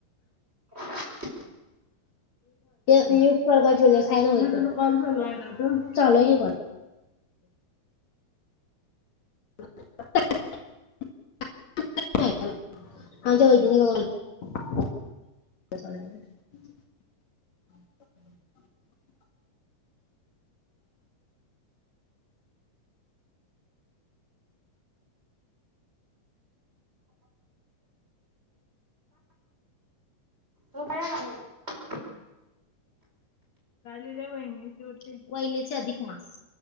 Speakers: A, on the right; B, on the left.
A: <inaudible>
B: पियू सारखा ज्वेलर्स हाय नवं तिथं. तुझा कॉल चालू आहे ना ग. चालू आहे की कॉल. <unintelligible>
A: झोपा या लागली.
B: काय लिहिल्या वहिनीची वटी, वहिनीचे अधिक मास.